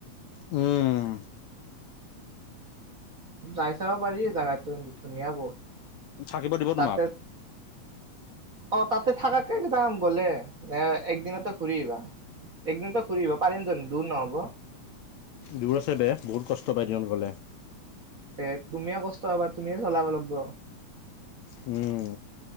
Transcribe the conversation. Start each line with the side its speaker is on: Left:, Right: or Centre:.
Left: উম।
Right: যাই চাব পাৰি জাগাটো, ধুনীয়া বহুত।
Left: থাকিব দিব
Right: তাতে
Left: তোমাক?
Right: অ তাতে থাকাকে যাম গ'লে, নে একদিনতে ঘূৰি আহিবা? একদিনতো ঘূৰিব পাৰিম জানো দূৰ নহব?
Left: দূৰ আছে বে, বহুত কষ্ট পায় দিনত গ'লে।
Right: তে তুমিও কষ্ট হবা, তুমিয়ে চলাব লাগিব।
Left: উম।